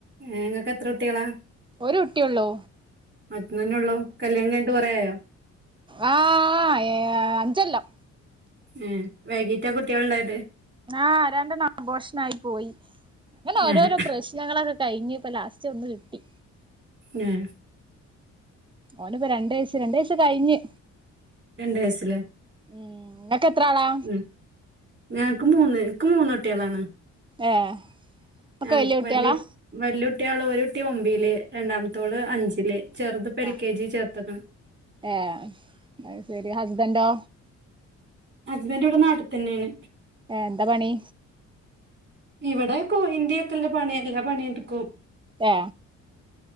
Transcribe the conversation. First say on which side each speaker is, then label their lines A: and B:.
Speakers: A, on the right (about 35°); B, on the right (about 15°).
A: ഏ ങ്ങൾക് എത്ര കുട്ടികളാ
B: ഒരു കുട്ടിയ ഉള്ളൂ
A: ഒറ്റ തന്നെ ഉള്ളോ കല്യാണം കഴിഞ്ഞിട്ട് കുറേ ആയാ
B: ആ ഏ അഞ്ചൊല്ലം
A: ഉം വൈകീട്ട കുട്ടികൾ ഉണ്ടായത്?
B: ആ രണ്ടെണ്ണം അബോർഷൻ ആയി പോയി അങ്ങനെ ഓരോരോ
A: ആഹ്
B: പ്രശ്നങ്ങളൊക്കെ കഴിഞ്ഞ ഇപ്പ ലാസ്റ്റ് ഒന്ന് കിട്ടി
A: ആ
B: ഓനിപ്പോ രണ്ട് വയസ് രണ്ട് വയസ് കഴിഞ്ഞ്
A: രണ്ട് വയസിലേ
B: ഉം ഇങ്ങക്ക് എത്ര ആളാ
A: ഉം ഞങ്ങക്ക് മൂന്ന് ക്ക് മൂന്നൊട്ടികളാണ്
B: ഏഹ് ഒക്കെ
A: ആ
B: വല്യ കുട്ടികളാ
A: വല്യകു വല്യകു കുട്ടികള് ഒരു കുട്ടി ഒമ്പേല് രണ്ടാമത്തോള് അഞ്ചിലേ ചെറുത് പ്പ
B: ആ
A: എൽ കെ ജി ചേർത്തക്കണ്
B: ഏഹ് അത് ശരി ഹസ്ബൻഡോ?
A: ഹസ്ബൻഡ് ഇവിടെ നാട്ടിൽ തന്നെയാണ്
B: ഏ എന്താ പണി?
A: ഇവിടെയൊക്കെ ഇന്ത്യക്കല്ലേ പണി എല്ലാ പണിയെടുക്കും
B: ആ